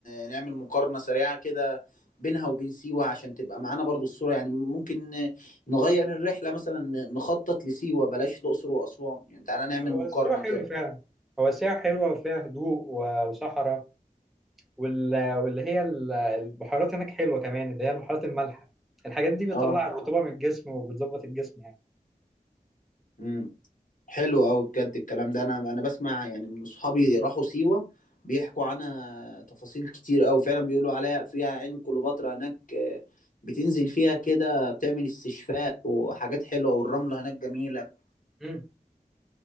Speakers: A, on the left; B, in the centre.
A: نعمل مقارنة سريعة كده بينها وبين سيوة عشان تبقى معانا برضو الصورة يعني ممكن نغير الرحلة مثلا نخطط لسيوة بلاش الأقصر وأسوان يعني تعالى نعمل
B: هو
A: مقارنة
B: السيوه حلوه
A: كده
B: فعلا هو السيوه حلوه وفيها هدوء و- وصحراء وال- واللي هي ال- البحيرات هناك حلوه كمان اللي هي البحيرات المالحه الحاجات دي بتطلع
A: اه
B: الرطوبه من الجسم وبتظبط الجسم يعني
A: امم حلو قوي بجد الكلام ده انا انا بسمع يعني من اصحابي راحوا سيوة بيحكوا عنها تفاصيل كتير قوي فعلا بيقولوا عليها فيها عين كليوباترا هناك آه، بتنزل فيها كده بتعمل استشفاء وحاجات حلوة والرملة هناك جميلة
B: مم.